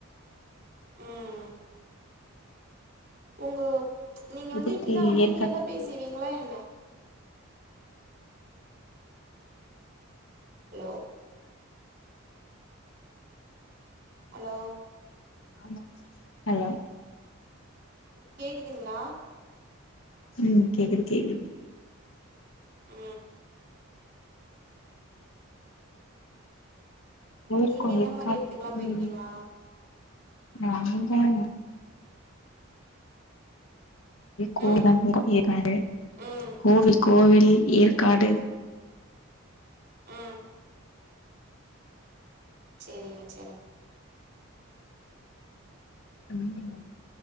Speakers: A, on the right; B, on the left.
A: ம் உங்க நீங்க வந்து
B: இதுக்கு
A: இப்படிதா அமைதியாதா
B: ஏற்கா
A: பேசவீங்களா என்ன ஹலோ ஹலோ
B: ஆமா ஹலோ
A: கேக்குதுங்களா
B: உம் கேக்குது கேக்குது
A: ஆ
B: போயிருகாங்க
A: நீங்க என்ன
B: இருக்கா
A: மாரி எடத்துக்குலா போயிருக்கீங்களா
B: உம் நாந்தானே கோத
A: ம்
B: போவோ ஏற்காடு
A: ம்
B: கோவில் கோவில் ஏற்காடு
A: ஆ செரிங்க செரிங்க
B: ம்